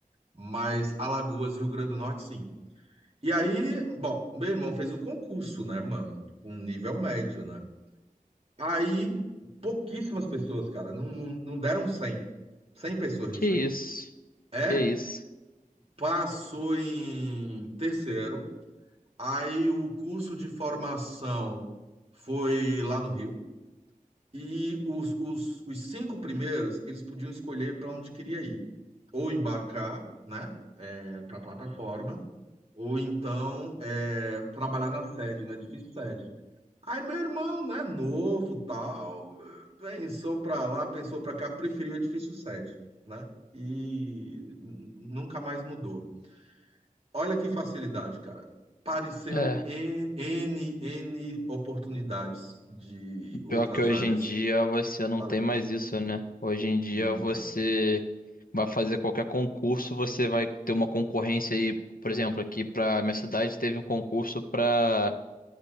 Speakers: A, on the right (about 45°); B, on the left (about 80°).
A: mas Alagoas e Rio Grande do Norte, sim. E aí, bom, meu irmão fez o concurso, né, mano? Com nível médio, né? Aí, pouquíssimas pessoas, cara, não, não, não deram 100, 100 pessoas nisso
B: Que isso.
A: aí. É
B: Que isso.
A: passou em terceiro, aí o curso de formação foi lá no Rio, e os, os, os cinco primeiros, eles podiam escolher para onde queria ir, ou embarcar, né, para a plataforma, ou então é, trabalhar na sede, no edifício sede. Aí meu irmão, né, novo, tal, pensou para lá, pensou para cá, preferiu o edifício sede, né, e n- nunca mais mudou. Olha que facilidade, cara. Pareceu
B: É,
A: N, N, N oportunidades de outras
B: pior que hoje
A: áreas.
B: em dia você não
A: Falei,
B: tem mais isso, né? Hoje em dia
A: não
B: você
A: tem.
B: vai fazer qualquer concurso, você vai ter uma concorrência aí, por exemplo, aqui pra minha cidade teve um concurso pra